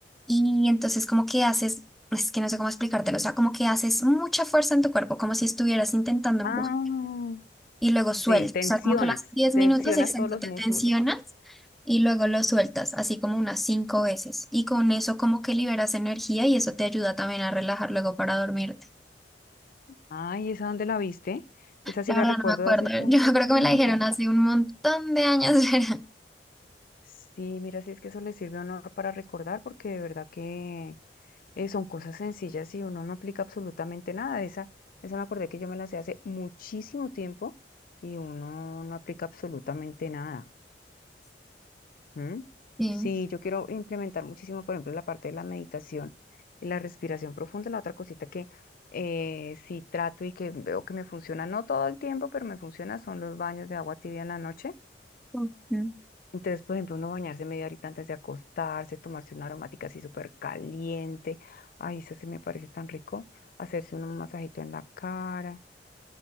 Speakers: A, in the centre; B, on the left.
A: y entonces como que haces, es que no sé cómo explicártelo, o sea, como que haces mucha fuerza en tu cuerpo, como si estuvieras intentando
B: Ah,
A: empujar y luego sueltas,
B: sí, tensionas,
A: o sea, como que lo haces 10
B: tensionas
A: minutos, exacto,
B: todos los
A: te
B: músculos.
A: tensionas y luego lo sueltas, así como unas 5 veces y con eso como que liberas energía y eso te ayuda también a relajar luego para dormirte.
B: Ay, ¿esa dónde la viste? Esa sí
A: La
B: la
A: verdad
B: recuerdo
A: no me acuerdo,
B: de hace
A: <laughs>
B: mucho
A: yo creo
B: tiempo.
A: que me la dijeron hace un montón de años, <laughs> ¿verdad?
B: Sí, mira, si es que eso le sirve a uno para recordar, porque de verdad que eh, son cosas sencillas y uno no aplica absolutamente nada. Esa, esa me acordé que yo me la sé hace muchísimo tiempo y uno no aplica absolutamente nada. ¿Mm?
A: Sí.
B: Sí, yo quiero implementar muchísimo, por ejemplo, la parte de la meditación y la respiración profunda, la otra cosita que eh, sí trato y que veo que me funciona, no todo el tiempo, pero me funciona, son los baños de agua tibia en la noche
A: Ujú.
B: Entonces, por ejemplo, uno bañarse media horita antes de acostarse, tomarse una aromática así súper caliente. Ay, eso se me parece tan rico. Hacerse un masajito en la cara.